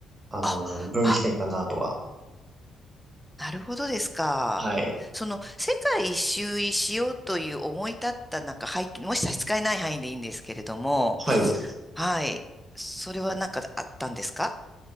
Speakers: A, on the right; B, in the centre.
A: あの、
B: あ、
A: 分岐点かなとは。
B: あ、なるほどですか。
A: はい。
B: その、世界一周しようという思い立ったなんか背景、もし差し支えない範囲でいいんですけれども、
A: はい。
B: はい。それはなんかあったんですか